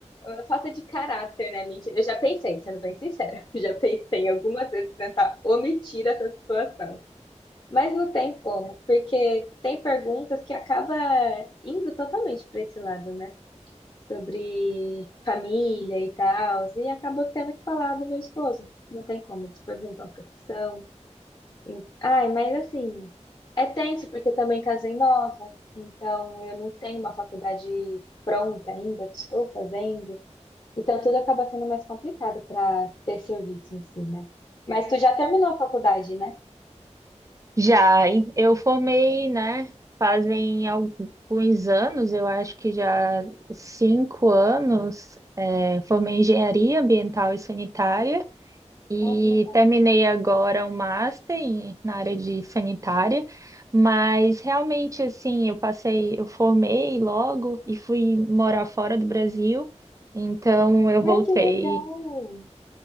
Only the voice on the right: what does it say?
Já, em- eu formei, né? Fazem alguns anos, eu acho que já cinco anos, é, formei engenharia ambiental e sanitária. E
terminei agora um master em- na área de sanitária, mas realmente assim, eu passei, eu formei logo e fui morar fora do Brasil. Então eu voltei,